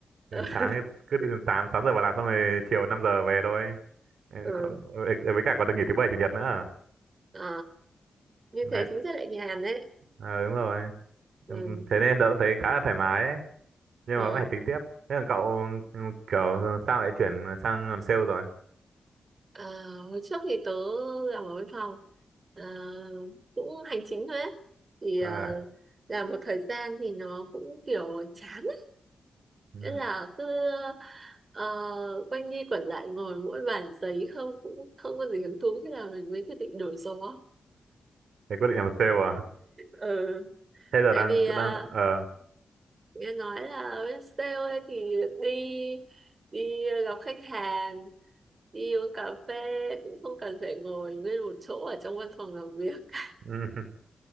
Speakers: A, on the right; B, on the right.
A: Thì
B: <laughs>
A: sáng thì cứ từ 8 6 giờ vào làm xong rồi chiều 5 giờ về thôi Ừ,
B: ừ
A: không, ừ, ừ, với cả còn được nghỉ thứ bảy chủ nhật nữa
B: ờ như
A: đấy
B: thế chính ra lại nhàn đấy
A: ờ, đúng rồi
B: ừ
A: Ừ, thế nên tớ cũng thấy khá là thoải mái ấy nhưng
B: ừ
A: mà vẫn phải tính tiếp thế còn cậu ừ, kiểu ừ, sao lại chuyển sang làm sale rồi
B: Ờ, hồi trước thì tớ làm ở văn phòng Ờ, cũng hành chính thôi ấy. thì
A: ờ
B: ờ, làm một thời gian thì nó cũng kiểu chán ấy.
A: ừ.
B: Nghĩa là cứ ờ, quanh đi quẩn lại ngồi mỗi bàn giấy không cũng không có gì hứng thú thế là mình mới quyết định đổi gió
A: thế quyết định làm sale à
B: ừ.
A: thế giờ
B: tại
A: đang
B: vì ờ,
A: đang ờ
B: nghe nói là bên sale ấy thì đi đi gặp khách hàng đi uống cà phê cũng không cần phải ngồi nguyên một chỗ ở trong văn phòng làm việc <laughs>
A: ừ. <laughs>